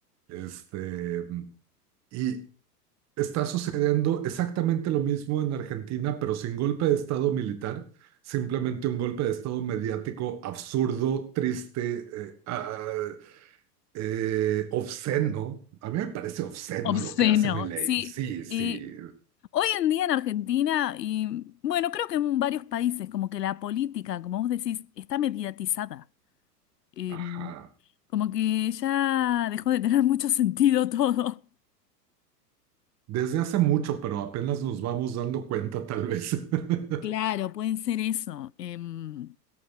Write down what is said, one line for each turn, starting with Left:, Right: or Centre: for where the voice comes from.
Right: Este, y, Está sucediendo exactamente lo mismo en Argentina, pero sin golpe de estado militar, simplemente un golpe de estado mediático absurdo, triste, eh, ah, eh, obsceno. A mí me parece obsceno
Left: Obsceno,
Right: lo que hace Milei.
Left: sí.
Right: Sí, sí,
Left: eh, hoy en día en Argentina, y bueno, creo que en varios países, como que la política, como vos decís, está mediatizada. Eh,
Right: ajá.
Left: como que ya dejó de tener mucho sentido todo.
Right: Desde hace mucho, pero apenas nos vamos dando cuenta, tal vez. <laughs>
Left: Claro, pueden ser eso. Em,